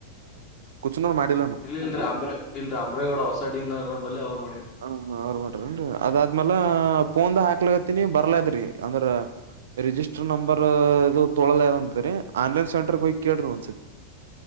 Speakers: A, on the right; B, on the left.
A: ಕುಚನೂರ್ ಮಾಡಿಲ್ಲಾನು
B: ಇಲ್ಲಿ ಇಲ್ ರೀ ಆಂಬ್ರೇ ಇಲ್ರಿ ಆಂಬ್ರೇಗೌಡಾವ ಹೊಸೈಡ್. ಡಿ ನಾರ್ ರಂಬಲ್ಲೆ ಅವ್ರು. ಮಾಡಿರಿ
A: ಹ ಹಾ ಅವ್ರು ಮಾಡ್ರಾನ್ರಿ ಅದಾದ್ಮ್ಯಾಲಾಬ್. ಫೋನ್ದಾಗ ಹಾಕ್ಲತ್ತನಿ ಬರ್ಲದ್ರೀ ಅಂದ್ರ ರಿಜಿಸ್ಟರ್ ನಂಬರ್ ಇದು ತೊಳ್ಯಲಾ ಅವುಂದ್ರಿ ಆನ್ಲೈನ್ ಸೆಂಟರ್ಗೆ ಹೋಗಿ ಕೇಳ್ರಿ ಒಂದ್ಸತಿ.